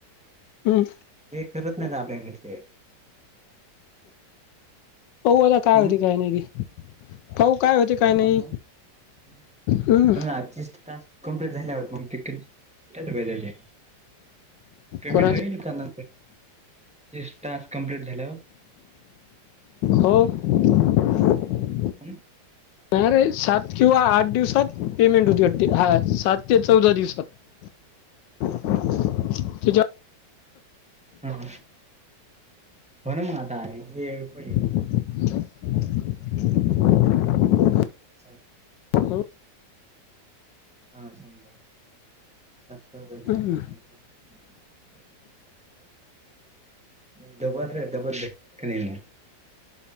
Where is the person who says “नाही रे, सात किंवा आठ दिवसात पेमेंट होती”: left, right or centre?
Left